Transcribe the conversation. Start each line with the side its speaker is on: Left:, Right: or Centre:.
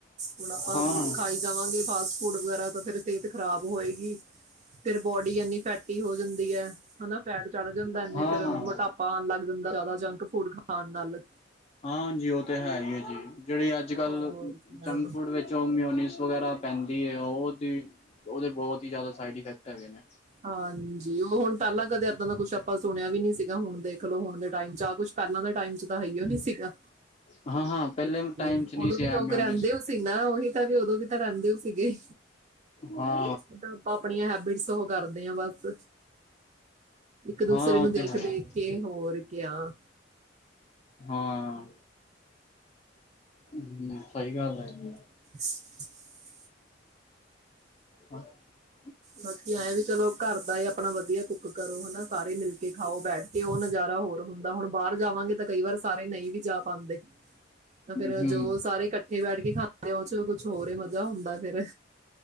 Right: ਹੁਣ ਆਪਾਂ
Left: ਹਾਂ
Right: ਖਾਈ ਜਾਵਾਂਗੇ ਫਾਸਟ ਫੂਡ ਵਗੈਰਾ, ਤਾਂ ਫੇਰ ਸਿਹਤ ਖ਼ਰਾਬ ਹੋਏਗੀ। ਫੇਰ ਬੋਡੀ ਇੰਨੀ ਫੈਟੀ ਹੋ ਜਾਂਦੀ ਹੈ, ਹਨਾ ਫੈਟ ਚੜ ਜਾਂਦਾ ਇਨੀ
Left: ਹਾਂ
Right: ਫ਼ਿਰ ਮੋਟਾਪੇ ਆਉਣ ਲੱਗ ਜਾਂਦਾ ਜ਼ਿਆਦਾ, ਜੰਕ ਫੂਡ ਖਾਣ ਨਾਲ।
Left: ਹਾਂਜੀ ਉਹ ਤਾਂ ਹੈ ਹੀ ਹੈ ਜੀ, ਜਿਹੜੀ ਅੱਜ ਕੱਲ੍ਹ
Right: ਹੋਰ ਕਿਆ
Left: ਜੰਕ ਫੂਡ ਵਿੱਚ ਉਹ ਮਿਓਨੀਸ ਵਗੈਰਾ ਪੈਂਦੀ ਹੈ, ਉਹਦੀ-ਉਹਦੇ ਬਹੁਤ ਹੀ ਜ਼ਿਆਦਾ ਸਾਈਡ ਇਫੈਕਟ ਹੈਗੇ ਨੇ।
Right: ਹਾਂਜੀ, ਉਹ ਹੁਣ ਪਹਿਲਾਂ ਕਦੇ ਇੱਦਾਂ ਦਾ ਕੁਛ ਆਪਾਂ ਸੁਣਿਆ ਵੀ ਨੀ ਸੀਗਾ, ਹੁਣ ਦੇਖਲੋ ਹੁਣ ਦੇ ਟਾਈਮ 'ਚ ਆਹ ਕੁਛ ਪਹਿਲਾਂ ਦੇ ਟਾਈਮ 'ਚ ਤਾਂ, ਹੈ ਉਹ ਨੀ ਸੀਗਾ।
Left: ਹਾਂ ਹਾਂ, ਪਹਿਲੇ
Right: ਤੇ
Left: ਟਾਈਮ ਚ ਨਹੀਂ
Right: ਉਦੋਂ
Left: ਸੀ
Right: ਵੀ ਲੋਕ
Left: ਮਿਊਨਿਸ
Right: ਰਹਿੰਦੇ ਓਸੀ ਨਾ, ਉਹੀ ਤਾਂ ਵੀ ਉਦੋਂ ਵੀ ਤਾਂ ਰਹਿੰਦੇ ਸੀਗੇ।
Left: ਹਾਂ।
Right: ਜਿਦਾਂ ਆਪਾਂ ਆਪਣੀਆਂ ਹੈਬਿਟਸ ਕਰਦੇ ਹਾ ਬਸ, ਇੱਕ ਦੂਸਰੇ
Left: ਹਾਂ
Right: ਨੂੰ
Left: ਉਹ
Right: ਦੇਖ-ਦੇਖ
Left: ਤੇ ਹੈ
Right: ਕੇ, ਹੋਰ ਕੇਰਾ
Left: ਹਾਂ। ਹਮ, ਸਹੀ ਗੱਲ ਹੈ ਜੀ।
Right: <inaudible>
Left: ਹਾਂ। <inaudible>
Right: ਬਾਕੀ ਐਂ ਵੀ ਚਲੋ, ਘਰ ਦਾ ਆਪਣਾ ਵਧੀਆ ਕੁੱਕ ਕਰੋ ਹਨਾ, ਸਾਰੇ ਮਿਲ ਕੇ ਖਾਓ ਬੈਠ ਕੇ, ਉਹ ਨਜ਼ਾਰਾ ਹੋਰ ਹੁੰਦਾ। ਹੁਣ ਬਾਹਰ ਜਾਵਾਂਗੇ, ਤਾਂ ਕਈ ਵਾਰ ਸਾਰੇ ਨਹੀਂ ਵੀ ਜਾ ਪਾਂਦੇ। ਤਾਂ ਫੇਰ
Left: ਜੀ
Right: ਜੋ ਸਾਰੇ ਇਕੱਠੇ ਬੈਠ ਕੇ ਖਾਂਦੇ, ਉਹ 'ਚ ਕੁਛ ਹੋਰਹੀ ਮਜ਼ਾ ਹੁੰਦਾ ਫ਼ਿਰ,